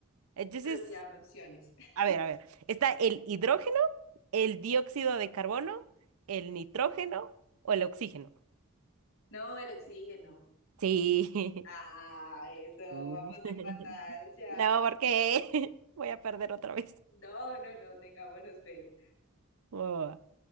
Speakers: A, on the right (about 85°); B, on the left (about 70°).
A: Entonces,
B: Pero sí, dame opciones. <laughs>
A: a ver, a ver. Está el hidrógeno. el dióxido de carbono, el nitrógeno o el oxígeno.
B: No, el oxígeno.
A: Sí.
B: Ah,
A: <laughs>
B: eso, vamos
A: Mm.
B: empatadas
A: <laughs>
B: ya.
A: No, porque <laughs> voy a perder otra vez.
B: No, no, no, tengámonos fe.
A: Oh,